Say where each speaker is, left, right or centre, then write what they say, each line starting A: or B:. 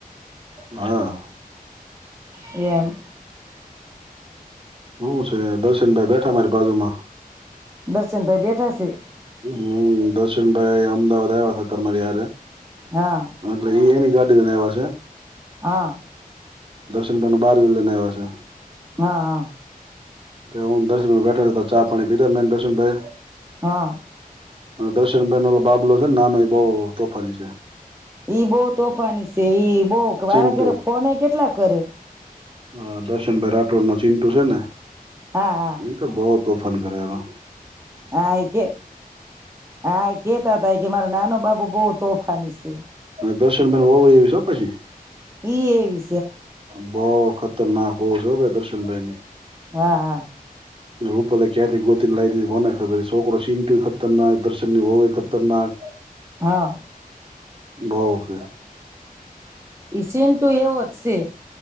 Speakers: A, on the right (about 35°); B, on the right (about 20°).
A: હા.
B: એમ.
A: હું છે, દર્શન ભાઈ બેઠા મારી બાજુમાં.
B: દર્શન <unintelligible> ભાઈ બેઠા છે.
A: હમ દર્શનભાઈ અમદાવાદ આવ્યા હતા મારે
B: હા
A: <unintelligible> એની ગાડી. <unintelligible>
B: હા.
A: દર્શન <unintelligible> બહાર લઈને આવ્યા છે.
B: હા હા.
A: હું દર્શન બેઠા છ ચા પાણી પીધા મેન દર્શન ભાઈ.
B: હા.
A: દર્શન <unintelligible> બાબલો છે ને નાનો એ બહ તોફાની છે.
B: ઈ બહ તોફાની છે, ઈ બહ મારે
A: ચિન્ટુ
B: ઘરે ફોન કેટલા કરે
A: હ દર્શનભાઈ રાઠોડ નું ચિંટુ છે, ને
B: હા હા
A: એ તો બહ <unintelligible> કર્યા એ તો
B: હા કે હા કેતા હતા કે મારો નાનો બાબુ બહુતો ઓફની છે.
A: દર્શન બેેન હો હોય <unintelligible> શો પછી
B: <unintelligible> એવી
A: બહુ વખત <unintelligible> ના <unintelligible> હો <unintelligible> દર્શન <unintelligible>
B: હા હા
A: રૂપલે ક્યાંથી ગોતીને લાવી દીધી કોને ખબર છોકરો ચીટુ ખતરનાક દર્શન ની હોવય ખતરનાક
B: હા
A: બવકે
B: ઇસન તું એ <unintelligible> છે.